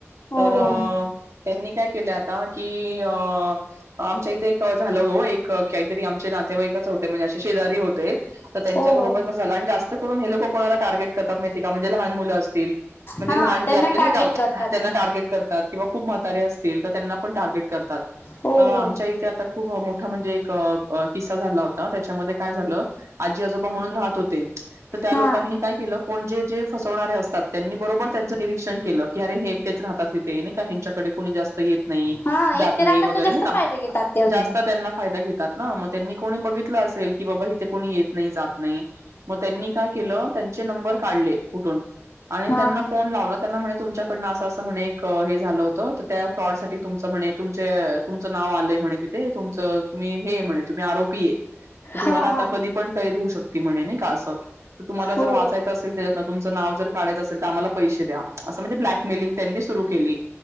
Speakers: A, on the left; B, on the right.
A: हो
B: तर
A: हो हो
B: त्यांनी काय केलं आता की अ आमच्या इथे एक झालं ग एक काहीतरी आमचे नातेवाईकच होते म्हणजे असे शेजारी होते तर त्यांच्याबरोबर
A: हो हो
B: क जास्त ून हे लोक कोणाला टार्गेट करत माहि का म्हणजे लहान मुलं असतील म्हणजे
A: हा
B: लहान जे
A: त्यांना
B: आपले नाही
A: टार्गेट
B: का
A: करतात
B: त्यांना
A: ते
B: टार्गेट करतात किंवा खूप म्हातारे असतील तर त्यांना पण टार्गेट करतात
A: हो
B: तर आमच्या
A: हो
B: इथे आता खूप मोठं म्हणजे एक किस्सा झाला होता त्याच्यामध्ये काय झालं आजी आजोबा म्हणून राहत होते तर त्या
A: हा
B: लोकांनी काय केलं कोणजे जे फसवणारे असतात त्यांनी बरोबर त्यांचं निरीक्षण केलं की अरे हे एकटेच राहतात ते नाही का ह्यांच्याकडे कोुणी जास्त येत नाही
A: हा
B: जात
A: एक ते
B: नाही
A: राहतात
B: वगैरे
A: तो जास्त
B: नाही काम
A: फायदे घेतात ते अजून
B: जास्त त्यांना फायदा घेतात ना मग त्यांनी कोणी बघितलं असेल की बाबा इिथे कोणी येत नाही जात नाही मग त्यांनी काय केलं त्यांचे नंबर काढले कुठून आणि
A: हा
B: त्यांना
A: हा
B: फोन लावला त्यांना म्हणे तुमच्याकडन असं असं म्हणे एक हे झालं होतं तर त्या फ्रॉड साठी तुमच म्हणे तुमचे तुमचं नाव आलंय म्हणे तिथे तुमच तुम्ही हे म्हणे तुम्ही आरोपी आहे तर तुम्हाला
A: हा
B: आता
A: हा
B: कधी पण कैद होऊ शकती म्हणे नाही का असं तर तुम्हाला जर
A: हो
B: वाचायचं त्याच्यात तुमचं नाव जर काढयचं असेल तर आम्हा पैसे द्या असं म्हणजे ब्लॅकमेलिंग त्यांनी सुरु केली